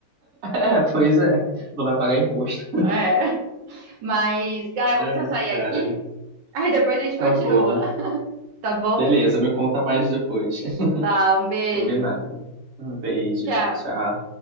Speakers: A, on the right; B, on the right.
A: É, pois é, não vai pagar imposto.
B: É. Mas, Gá, eu vou
A: Ai,
B: precisar sair
A: cara,
B: aqui. Aí depois a gente
A: tá
B: continua,
A: bom.
B: tá bom?
A: Beleza, me conta mais depois. <laughs>
B: Tá, um beijo.
A: Combinado. Um beijo,
B: Tchau.
A: tchau.